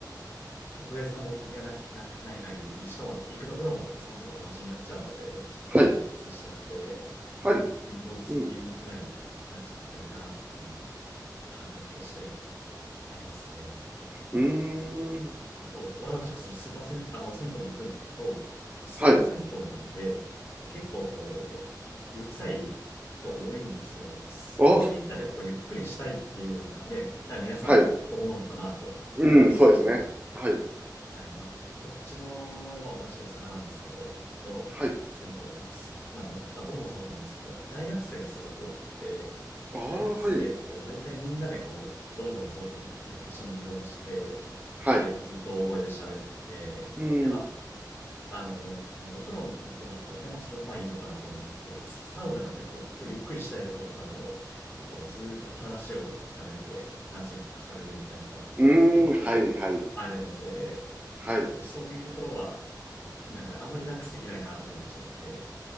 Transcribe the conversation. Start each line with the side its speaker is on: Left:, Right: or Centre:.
Left: 特別な目的がな、なくない限り、しかも行くところも散歩と同じになっちゃうので、ちょっとこう退屈しちゃって、
Right: はい、はい、
Left: 運動不足気味にかなりなっちゃってるなっていうのは、
Right: うん、
Left: 感覚としてありますね。
Right: うーん、
Left: あと、同じくそのスーパー銭湯、あの、銭湯も行くんですけど、スーパー銭湯なんで、
Right: はい、
Left: 結構こう、うるさい人多いんですよ。
Right: あ、
Left: 温泉行ったらやっぱこうゆっくりしたいっていうのがね、多分皆さん思うのかなと思うんですけど、
Right: はい、うん、そうですね。はい。
Left: はい。まあ、こっちの、まあ、私大阪なんですけど、の銭湯というか、
Right: はい。
Left: すまあ、まあまあどこもそうなんですけど、大学生がすごく多くて、
Right: ああ、
Left: 大学生がこう、
Right: はい。
Left: 大体みんなでこう、ゾロゾロゾロゾロっていうのを一緒に移動して、
Right: はい。
Left: えー、もうずっと大声で喋って、
Right: うん。
Left: で、まあ、あの、お風呂のところだったらね、まあ、それもまあいいのかなと思うんですけど、サウナとかでこう、結構ゆっくりしたいところとかでも、結構ずっと話をされてて、話を聞かされるみたいなのが結構あるので、
Right: うーん、はいはい。はい。
Left: そういうところは、なんかあんまりリラックスできないなとか思っちゃって、